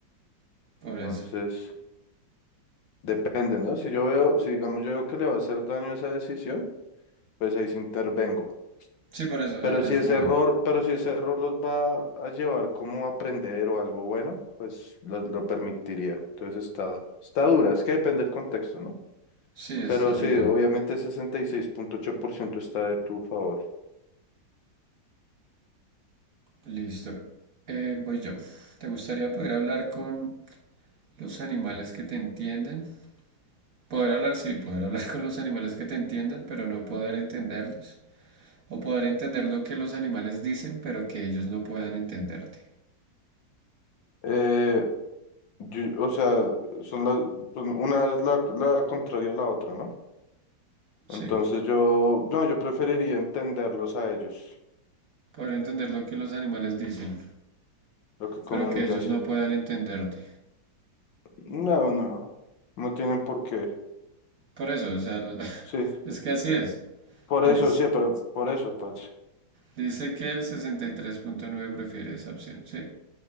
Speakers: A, on the right (about 45°); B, on the left (about 75°).
A: por
B: Entonces,
A: eso.
B: depende, ¿no? Si yo veo, si digamos yo veo que le va a hacer daño esa decisión, pues ahí sí intervengo.
A: Sí, por eso, a
B: Pero si
A: a eso
B: ese
A: voy.
B: error, pero si ese error los va a llevar como a aprender o algo bueno, pues lo, lo permitiría. Entonces está, está dura, es que depende del contexto, ¿no?
A: Sí, está
B: Pero sí,
A: dura.
B: obviamente sesenta y seis punto ocho por ciento está de tu favor.
A: Listo. Eh, voy yo. ¿Te gustaría poder hablar con los animales que te entienden? Poder hablar, sí, poder hablar <laughs> con los animales que te entiendan, pero no poder entenderlos. O poder entender lo que los animales dicen, pero que ellos no puedan entenderte.
B: Eh, yo- o sea, son las, son- una es la, la contraria a la otra, ¿no?
A: Sí,
B: Entonces yo, no, yo preferiría entenderlos a ellos,
A: poder entender lo que los animales dicen,
B: lo que comunican,
A: pero que ellos
B: sí.
A: no puedan entenderte.
B: No, no, no tienen por qué.
A: Por eso, o sea, el- <laughs>
B: Sí,
A: es que así es.
B: por
A: Liz.
B: eso, sí, pero por eso, parce.
A: Dice que el sesenta y tres punto nueve prefiere esa opción. Sí,